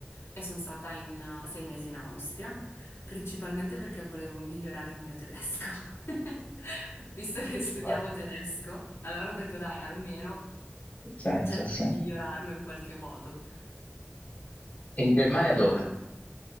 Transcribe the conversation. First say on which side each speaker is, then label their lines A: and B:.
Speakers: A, on the left; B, on the left.
A: e sono stata in eh, sei mesi in Austria. Principalmente perché volevo migliorare il mio tedesco. <laughs> Visto che studiavo
B: Beh, ha
A: tedesco, allora ho detto dai, almeno
B: senso,
A: cerco
B: ha senso.
A: di migliorarlo in qualche modo.
B: In Germania dove?